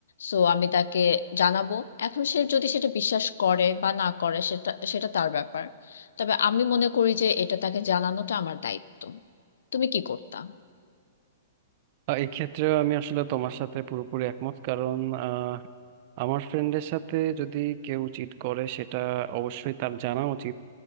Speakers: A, on the left; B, on the right.
A: সো আমি তাকে জানাবো এখন সে যদি সেটা বিশ্বাস করে বা না করে সেটা সেটা তার ব্যাপার তবে আমি মনে করি যে এটা তাকে জানানোটা আমার দায়িত্ব তুমি কি করতা
B: আহ, এই ক্ষেত্রে আমি আসলে তোমার সাথে পুরোপুরি একমত কারণ আহ, আমার ফ্রেন্ডের সাথে যদি কেউ চিট করে সেটা অবশ্যই তার জানা উচিত